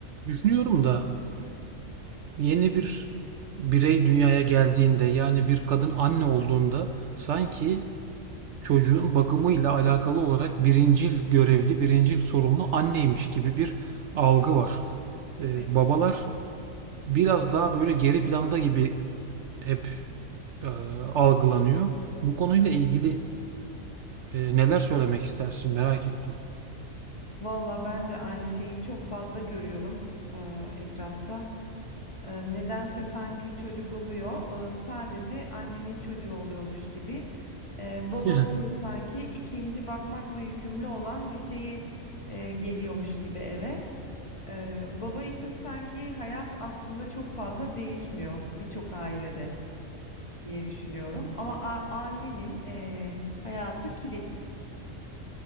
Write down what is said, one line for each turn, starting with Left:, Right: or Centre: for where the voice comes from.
Right: Düşünüyorum da yeni bir birey dünyaya geldiğinde yani bir kadın anne olduğunda sanki çocuğun bakımıyla alakalı olarak birincil görevli, birincil sorumlu anneymiş gibi bir algı var. Ee,
Left: Evet.
Right: babalar biraz daha böyle geri planda gibi hep e, algılanıyor. Bu konuyla ilgili e, neler söylemek istersin merak ettim.
Left: Valla ben de aynı şeyi çok fazla görüyorum e, etrafta. E, nedense sanki çocuk oluyor. e, sadece annenin çocuğu oluyormuş gibi. E, babanın
Right: <laughs>
Left: da sanki ikinci bakmakla yükümlü olan bir şeyi e, geliyormuş gibi eve. E, baba için sanki hayat aslında çok fazla değişmiyor birçok ailede diye düşünüyorum. Ama a- annenin e, hayatı kilit.